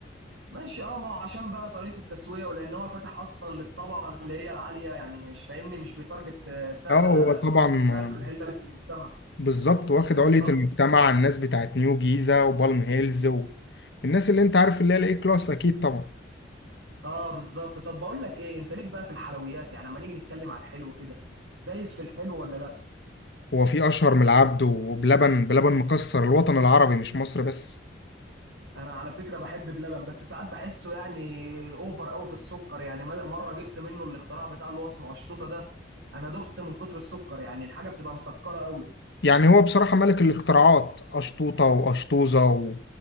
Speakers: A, on the right (about 90°); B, on the left (about 65°).
A: ماشي اه ما هو عشان بقى طريقه التسويه ولان هو فاتح اصلا للطبقه اللي هي العاليه يعني مش فاهمني مش بيتارجت آه، فئه
B: اه هو طبعا
A: الفئه
B: آه،
A: القليله في المجتمع
B: بالظبط واخد علية
A: آه،
B: المجتمع الناس بتاعت نيو جيزة وبالم هيلز والناس اللي انت عارف اللي هي الاي كلاس اكيد طبعا
A: اه بالظبط طب بقول لك ايه انت ليك بقى في الحلويات يعني اما نيجي نتكلم عن الحلو كده دايس في الحلو ولا لا
B: هو في اشهر من العبد وبلبن بلبن مكسر الوطن العربي مش مصر بس
A: انا على فكره بحب بلبن بس ساعات بحسه يعني اوفر قوي في السكر يعني مد- مره جبت منه الاختراع بتاع اللي هو اسمه قشطوطه ده انا دخت من كتر السكر يعني الحاجه بتبقى مسكره قوي
B: يعني هو بصراحة ملك الاختراعات اشطوطة واشطوزة و...